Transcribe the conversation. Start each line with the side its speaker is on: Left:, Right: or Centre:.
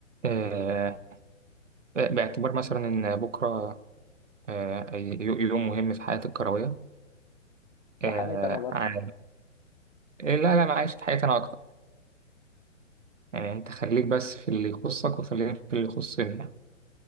Right: آه، باعتبار مثلا إن بكرة آه، ي- يوم مهم في حياتي الكروية آه،
Left: وحياتي انا برضه
Right: عن- لا لا أنا عايش في حياتي أنا أكتر يعني أنت خليك بس في اللي يخصك وخليني في اللي يخصني يعني